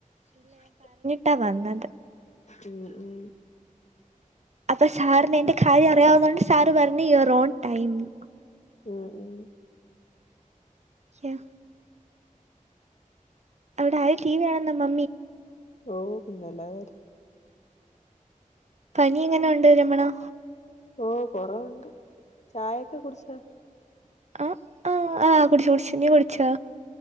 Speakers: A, on the left; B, on the right.
A: <unintelligible>
B: ട്ട വന്നത്
A: ഉം ഉം
B: പ്പ് ശാറിനെ എന്റെ ഖായ് അറിയാവുന്നോണ്ട് സാറ് പറന്ന് ഇയർ ഓൺ കയിഞ്ഞു
A: ഉം ഉം
B: ക്യാ അവിടെ ആര് ടീവി കാണു <inaudible>
A: ഓഹ് പിന്നല്ലതെ
B: പനി എങ്ങനൊ ദേ ചിമ്മണോ
A: ഓഹ് കൊറവൊണ്ട് ചായക്കെ കുടിച്ചോ
B: അഹ് ആ ആഹ് കുടിച് കുടിച് നീ കുടിച്ചോ